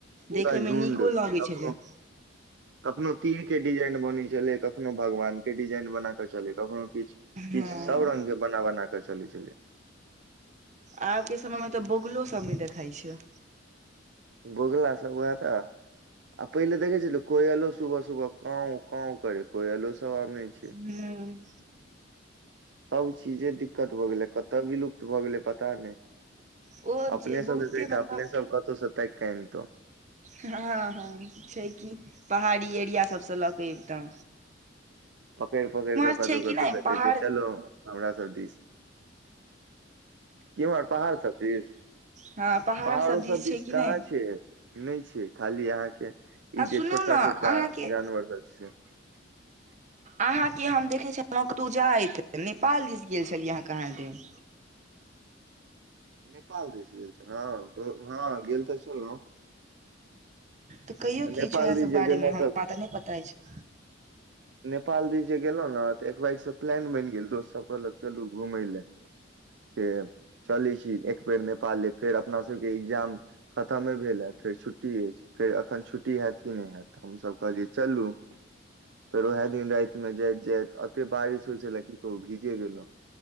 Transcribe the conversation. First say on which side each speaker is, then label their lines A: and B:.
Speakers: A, on the right; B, on the right.
A: पूरा
B: देखे
A: झुण्ड
B: मे नीको लगे
A: कखनो
B: छलै
A: कखनो तीर केँ डिजाइन बनै छलै कखनो भगवान केँ डिजाइन बना कऽ चलै कखनो किछ किछ
B: हँ
A: सब रंग केँ बना बना कऽ चलै छलै
B: आब केँ समयमे तऽ बोगलो सब नय देखाइ छै
A: बोगला सब बैह तऽ आ पहिले देखे छैे कोयलो सुबह सुबह काव काव करे कोयलो सब आब नय छै
B: हुँ
A: सब चीजे दिक्कत भऽ गेलै कतऽ विलुप्त भऽ गेलै पता नय
B: ओ
A: अपने
B: जे बहुते
A: सब केँ कहितै
B: मतलब
A: अपने सब कतहुँ सँ ताइक कऽ अइनतो
B: हँ हँ छै की पहाड़ी एरिया सभसँ लऽ कऽ अयबितौ
A: पकैड़ - पकैड़ कऽ
B: छै
A: कतहु
B: कि
A: - कतहु
B: नहि
A: सँ
B: पहाड़
A: कहतियै चलो हमरा सब दिश केम्हर पहाड़ सब दिश
B: हँ पहाड़
A: पहाड़ो
B: दिस
A: सब
B: छै
A: दिश
B: कि नहि
A: कहाँ छै नय छै खाली अहाँकेँ
B: आ
A: ई जे
B: सुनू
A: छोटका
B: ने
A: छोटका
B: अहाँके
A: जानवर सभ छै से <inaudible>
B: अहाँकेँ हम देखै छलो कतो जाइत नेपाल दिस गेल छलियै अहाँ कहाँ दिन
A: नेपाल दिस गेल छलो तो हँ गेल तऽ छलो
B: तऽ कहियो की
A: नेपाल
B: छै ओहै
A: दिस
B: सब
A: जे
B: बारे
A: गेलहुँ
B: मे हमरा तऽ नय पता अछि
A: नेपाल दीस जे गेलहु नऽ तऽ एकबैग सँ प्लान बैन गेल दोस्त सब कहलक चलू घुमय ले से चलै छी एक बेेर नेपाले फेर अपना सब केँ एग्जाम खतमे भेलए फेर छुट्टी अछि। फेर एखन छुट्टी हैत कि नय हैत तऽ हमसभ कहलियै चलू फेर ओहै दिन राइत मे जाइत - जाइत अते बारिश होइ छलै की कहू भीजे गेलहुँ